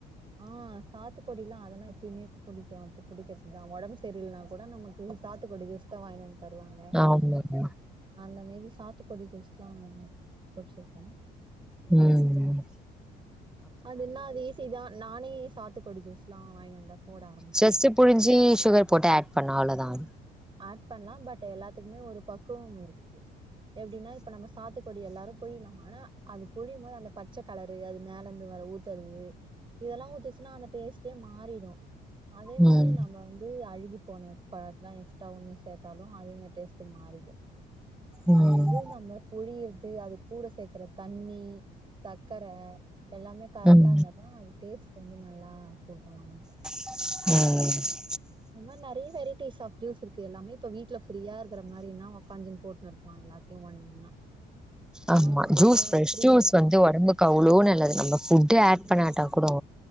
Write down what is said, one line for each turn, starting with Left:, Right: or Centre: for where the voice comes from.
Right: ஆ சாத்துக்கொடிலா அதெல்லா எப்பயுமே குடிக்கோ அது குடிக்கிறதுதா உடம்பு சரியில்னா கோட நமக்கு சாத்துக்கொடி ஜூஸ் தா வாங்கினு வந்து தருவாங்க
Centre: ஆமாங்க.
Right: அந்த மேரி சாத்துக்கொடி ஜூஸ் ட்லாம் குடிச்சிருக்கோம்
Centre: ம் ம்
Right: அது என்னா அது ஈஸி தா நானே சாத்துக்குடி ஜூஸ்லா வாங்கினு வந்தா போட ஆரம்பிச்சிருவே
Centre: ஜஸ்ட் புழிஞ்சி சுகர் போட்டு ஆட் பண்ணா அவ்ளோதான்
Right: ஆட் பண்லா பட் எல்லாத்துக்குமே ஒரு பக்குவம் இருக்கு எப்டின்னா இப்ப நம்ம சாத்துக்குடி எல்லாரு புழியலாம ஆனா அது புழியும் போது அந்த பச்சை கலரு அது மேலேந்து வர ஊத்துறது இதெல்லா ஊத்துச்சுன்னா அந்த டேஸ்ட் டே மாறிடு அதே மாரி
Centre: ம்
Right: நம்ம வந்து அழுகி போன பழத்தலா எக்ஸ்ட்ரா ஒன்னு சேத் த்தாலு அதே மாரி டேஸ்ட் மாறிடு
Centre: ம்
Right: அது வந்து நம்ம புழியரது அது கூட சேக் கிறத் தண்ணி சக்கர எல்லாமே கரெக்டா
Centre: ம்
Right: இருந்தா தா அது டேஸ்ட் வந்து நல்லா குடுக்கு நமக்கு
Centre: ம்
Right: அது மாரி நெறைய வெரைட்டிஸ் ஆப் ஜூஸ் இருக்கு எல்லாமே இப்ப வீட்ல ஃப்ரீயா இருக்கற மாரின்னா உக்காஞ்சின்னு போட்டு எல்லாத்தையு ஒண்ணு ஒண்ணா
Centre: ஆமா
Right: நம்ம வந்து
Centre: ஜூஸ் ஃப்ரெஷ்
Right: ஃப்ரீ
Centre: ஜூஸ் வந்து ஒடம்புக் அவ்ளோ நல்லது நம்ம ஃபுட்டு் ஆட் பண்ணாட்டா கூடோ